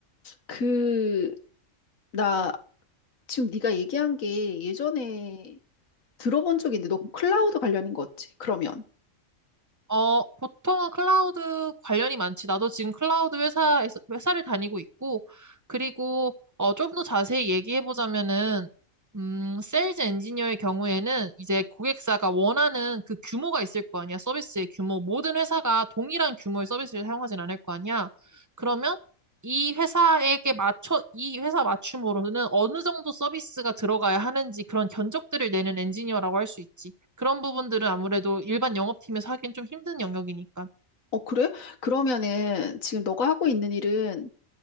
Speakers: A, on the left (about 80°); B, on the right (about 15°).
A: 그, 나 지금 네가 얘기한 게 예전에 들어본 적이 있는데 너 클라우드 관련인 거지? 그러면.
B: 어, 보통은 클라우드 관련이 많지. 나도 지금 클라우드 회사에서, 회사를 다니고 있고, 그리고, 어, 좀 더 자세히 얘기해보자면은, 음, 세일즈 엔지니어의 경우에는 이제 고객사가 원하는 그 규모가 있을 거 아니야. 서비스의 규모. 모든 회사가 동일한 규모의 서비스를 사용하진 않을 거 아니야. 그러면 이 회사에게 맞춰, 이 회사 맞춤으로는 어느 정도 서비스가 들어가야 하는지 그런 견적들을 내는 엔지니어라고 할 수 있지. 그런 부분들은 아무래도 일반 영업팀에서 하긴 좀 힘든 영역이니까.
A: 어, 그래? 그러면은 지금 너가 하고 있는 일은